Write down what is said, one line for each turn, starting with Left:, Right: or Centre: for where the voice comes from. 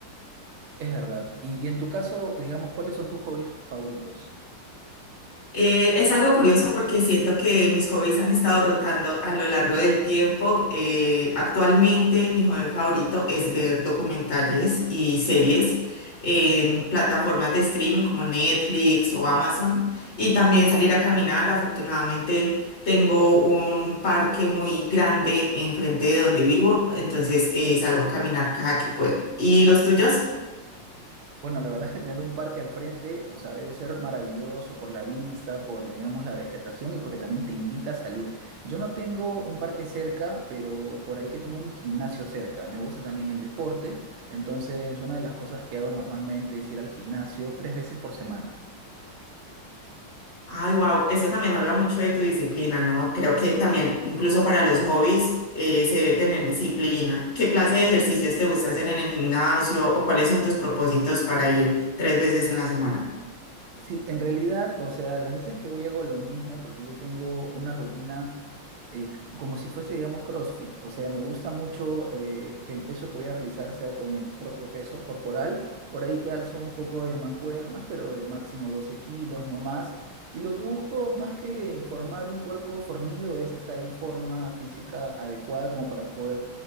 Right: Es verdad. Y en tu caso, digamos, ¿cuáles son tus hobbies favoritos?
Left: Eh, es algo curioso porque siento que mis hobbies han estado rotando a lo largo del tiempo. Eh, actualmente mi hobby favorito es ver documentales y series en plataformas de streaming como Netflix o Amazon y también salir a caminar. Afortunadamente tengo un parque muy grande enfrente de donde vivo, entonces eh, salgo a caminar cada que puedo. ¿Y los tuyos?
Right: Bueno, la verdad es que tener un parque al frente, o sea, debe ser maravilloso por la vista, por, digamos, la vegetación y porque también te invita a salir. Yo no tengo un parque cerca, pero por ahí que tengo un gimnasio cerca. Me gusta también el deporte, entonces una de las cosas que hago normalmente es ir al gimnasio tres veces por semana.
Left: Ay, wow, eso también habla mucho de tu disciplina, ¿no? Creo que también, incluso para los hobbies, eh, se debe tener disciplina. ¿Qué clase de ejercicios te gusta hacer en el gimnasio o cuáles son tus propósitos para ir tres veces en la semana?
Right: Sí, en realidad, o sea, las veces que voy hago lo mismo porque yo tengo una rutina. eh, c- como si fuese, digamos, CrossFit. O sea, me gusta mucho eh, que el peso que voy a realizar sea con mi propio peso corporal. Por ahí que alzo un poco de mancuernas, pero de máximo 12 kilos, no más. Y lo que busco más que formar un cuerpo fornido es estar en forma física adecuada como para poder